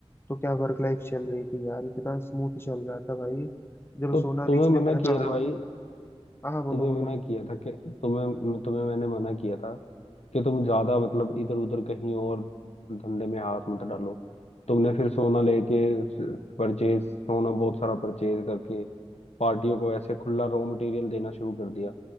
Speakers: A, on the left (about 20°); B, on the left (about 75°).
A: तो क्या वर्क लाइफ चल रही थी यार इतना स्मूथ चल रहा था भाई जब
B: तो
A: सोना
B: तुम्हें
A: बीच में
B: मना
A: महंगा
B: किया
A: हुआ
B: था भाई
A: ना हाँ हाँ बोलो
B: तुम्हें मना
A: बोलो
B: किया था कि तुम्हें तुम्हें मैंने मना किया था कि तुम ज्यादा मतलब इधर उधर कहीं और धंधे में हाथ मत डालो तुमने फिर सोना लेके परचेज सोना बहुत सारा परचेज करके पार्टियों को ऐसे खुला रॉ मटेरियल देना शुरू कर दिया